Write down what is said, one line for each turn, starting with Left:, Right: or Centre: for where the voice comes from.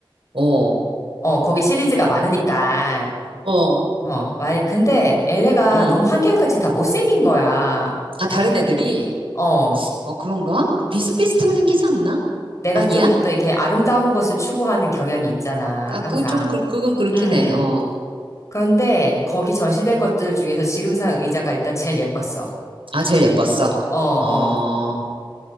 Right: 어,
Left: 어, 거기 시리즈가 많으니까.
Right: 어,
Left: 어, 만약, 근데 얘네가
Right: 음.
Left: 너무 한결같이 다 못생긴 거야.
Right: 아, 다른 애들이?
Left: 어,
Right: 어, 그런가? 비슷비슷하게 생기지 않나?
Left: 내가
Right: 아니야?
Left: 좀 더 이렇게 아름다운 것을 추구하는 경향이 있잖아,
Right: 아,
Left: 항상.
Right: 그, 좀, 그, 그건 그렇긴
Left: 음.
Right: 해, 어.
Left: 그런데 거기 전시된 것들 중에서 지금 산 의자가 일단 제일 예뻤어.
Right: 아, 제일 예뻤어.
Left: 어, 어.
Right: 어,